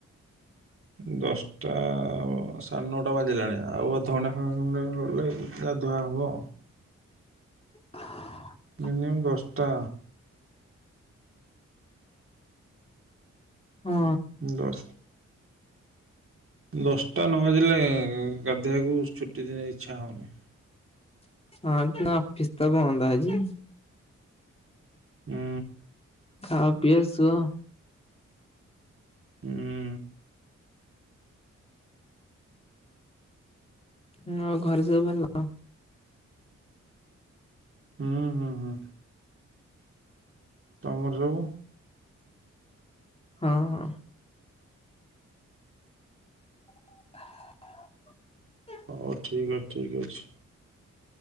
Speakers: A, on the right; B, on the left.
A: ଦଶଟା ସାଢେ ନଅଟା ବାଜିଲାଣି ଆଉ ଅଧଘଣ୍ଟା ଖଣ୍ଡେ ଗଲାଇକି ଗାଧୁଆ ହବ।
B: ହାଁ।
A: ମିନିମମ୍ ଦଶ୍ ଟା।
B: ହଁ।
A: ଦଶ୍ ଦଶ୍ ଟା ନ ବାଜିଲେ ଗାଧେଇଆକୁ ଛୁଟି ଦିନେ ଇଚ୍ଛା ହଉନି।
B: ହଁ ତ ଅଫିସ ତ ବନ୍ଦ ଆଜି।
A: ହୁଁ
B: ଖାଅ ପିଅ ଶୁଅ
A: ହୁଁ
B: ନୂଆ ଘରେ ସବୁ ଭଲ?
A: ହୁଁ ହୁଁ ହୁଁ ତମର ସବୁ?
B: ହଁ ହଁ। ହ <inaudible>
A: ହଉ ଠିକ୍ ଅଛି ଠିକ୍ ଅଛି।